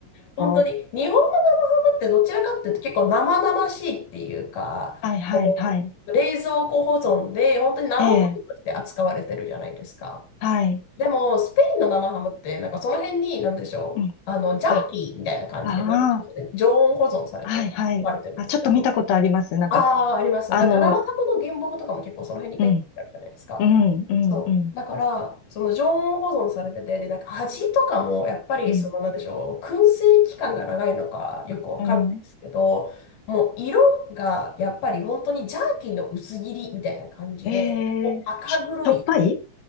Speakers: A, on the left; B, on the left.
A: 本当に、
B: は
A: 日本の生ハムってどちらかっていうと結構生々しいっていうか、
B: いはいはい。
A: この冷蔵庫保存で、本当に生ものとして扱われてるじゃないですか。
B: ええ、はい。
A: でも、スペインの生ハムって、なんかその辺に、なんでしょう、
B: うん。
A: あの、ジャーキーみたいな感じで、
B: あ、ああ、
A: なんていうんですかね、常温保存されて置かれてるんですけど、
B: はいはい。あ、ちょっと見たことあります。なんか、
A: ああ、あります。
B: あの、
A: だって生ハムの原木とかも結構その辺にペッてあるじゃないですか。
B: うん。うん、うん、
A: そう。
B: うん、
A: だから、その常温保存されてて、で、なんか味とかも、やっぱり、
B: うん、
A: その、なんでしょう、燻製期間が長いのかよくわかるんないですけど、
B: うん。
A: もう色がやっぱり本当にジャーキーの薄切りみたいな感じで、
B: え
A: もう赤黒い
B: えししょっぱいし